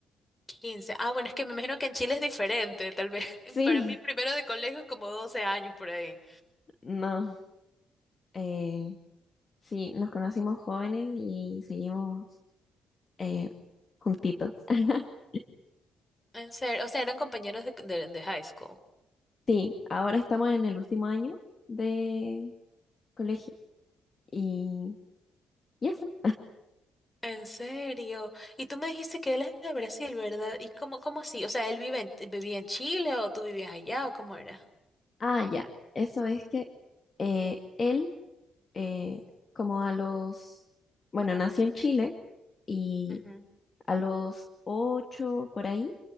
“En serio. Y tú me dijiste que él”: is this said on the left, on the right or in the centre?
Left